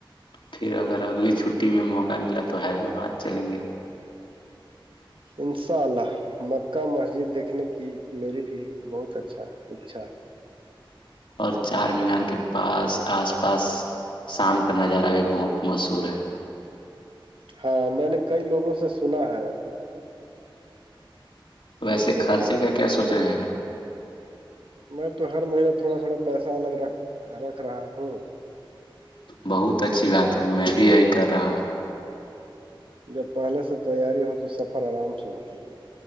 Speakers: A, on the left; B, on the right.
A: پھر اگر اگلی چھٹیی میں موقع ملا تو حیدرآباد چلیں گے <inaudible>
B: انشاء اللہ مکہ مسجد دیکھنے کی میری بھی بہت اچھا اچھا ہے
A: اور چار مینار کے پاس آس پاس شام کا نظارہ بھی بہت مشہور ہے
B: ہاں میں نے کئی لوگوں سے سنا ہے
A: ویسے خرچے کا کیا سوچ رہے ہیں
B: میں تو ہر مہین تھوڑا تھوڑا پیسہ الگ رکھ رکھ رہا ہوں
A: بہت اچھی بات ہے میں بھی یہی کر رہا ہوں
B: جب پہلے سے تیاری ہو تو سفر آرام سے ہوتی ہے